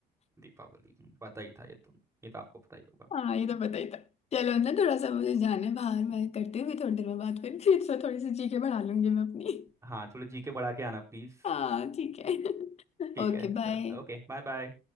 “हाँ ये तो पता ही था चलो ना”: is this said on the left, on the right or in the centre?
Left